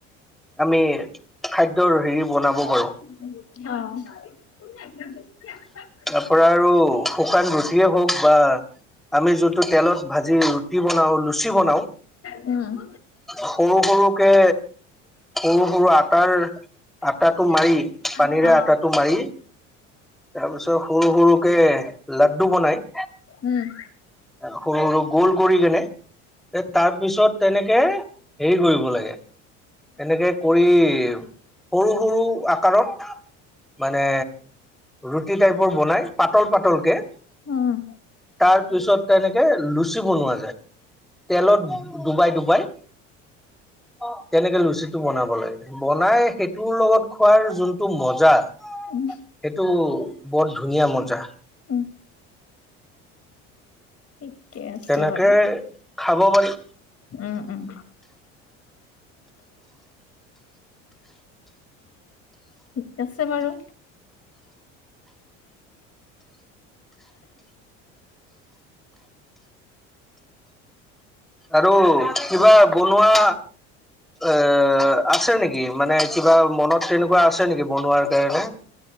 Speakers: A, in the centre; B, on the left (about 40°).
A: আমি
B: অ', উম, উম,
A: খাদ্যৰ হেৰি বনাব পাৰোঁ।
B: অ' <unintelligible>
A: তাৰ পৰা আৰু শুকান ৰুটিয়ে হওক বা আমি যোনটো তেলত ভাজি ৰুটি বনাও, লুচি বনাও।
B: উম
A: সৰু, সৰুকে, সৰু, সৰু আটাৰ, আটাটো
B: উম,
A: মাৰি পানীৰে আটাটো মাৰি তাৰপিছত সৰু, সৰুকে লাড্ডু বনাই
B: উম।
A: সৰু, সৰু গোল কৰি কেনে এ তাৰ পিছত তেনেকে হেৰি কৰিব লাগে। এনেকে কৰি সৰু, সৰু আকাৰত মানে, ৰুটি টাইপৰ বনাই পাতল, পাতলকে
B: উম।
A: তাৰ পিছত তেনেকে লুচি বনোৱা যায়। তেলত ডুবাই, ডুবাই। অ তেনেকে লুচি টো বনাব লাগে। বনাই সেইটোৰ লগত খোৱাৰ যোনটো মজা
B: উম,
A: সেইটো বৰ ধুনীয়া মজা।
B: উম, ঠিকে আছে
A: তেনেকে
B: বাৰু।
A: খাব পাৰি।
B: উম, উম। ঠিক আছে বাৰু।
A: আৰু কিবা বনোৱা এ, আছে নেকি? মানে কিবা মনত তেনেকুৱা আছে নেকি, বনোৱাৰ কাৰণে?